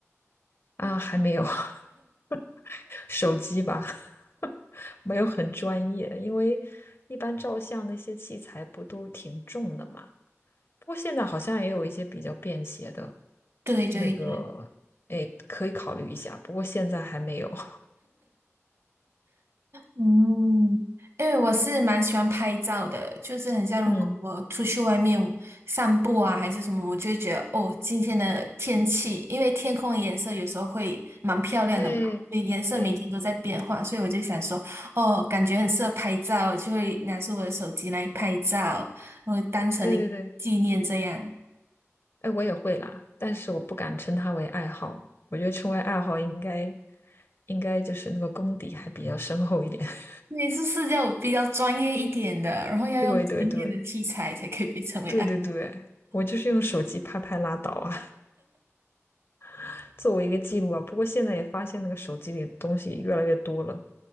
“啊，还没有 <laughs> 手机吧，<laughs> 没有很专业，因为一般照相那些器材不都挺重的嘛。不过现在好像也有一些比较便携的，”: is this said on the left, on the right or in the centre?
Left